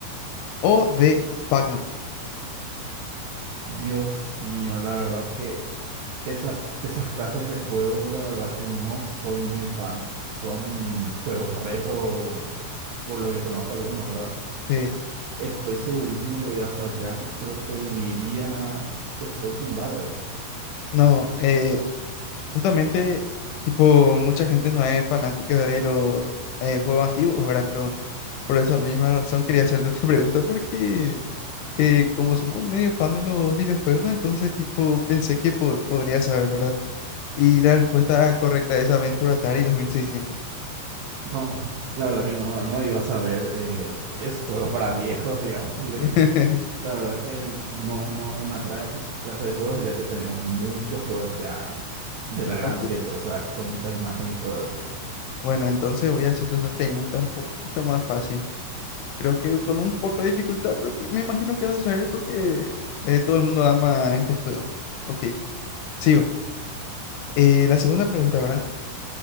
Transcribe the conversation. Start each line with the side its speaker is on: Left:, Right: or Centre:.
Left: O D. Pac-Man.
Right: Dios mío, la verdad que esa- esas clases de juegos, la verdad que no soy muy fan. Son juegos retro, por lo que conozco algunos, ¿verdad?
Left: Sí,
Right: Y Estoy segurísimo que voy a fallar, pero te diría Space Invaders.
Left: no, eh, justamente, tipo, mucha gente no es fanática de los eh, juegos antiguos, ¿verdad? Pero por esa misma razón quería hacerte <laughs> esta pregunta porque eh, como somos medio fan de los videojuegos, entonces tipo pensé que po- podría saber, ¿verdad? Y la respuesta correcta es Aventura Atari dos mil seiscientos.
Right: No, <laughs> la verdad que no, no iba a saber. eh, es juegos para viejos, digámosle.
Left: <laughs>
Right: <laughs> La verdad que no, no, no me atrae esa clase de juegos, ya que tenemos muchos juegos ya de la
Left: Ok.
Right: gran siete, o sea, con muchas imágenes y todo eso.
Left: Bueno, entonces voy a hacerte una pregunta un poquito más fácil. Creo que con un poco de dificultad, pero que me imagino que vas a saber porque eh, todo el mundo ama este juego. Ok, sigo. Eh, la segunda pregunta, ¿verdad?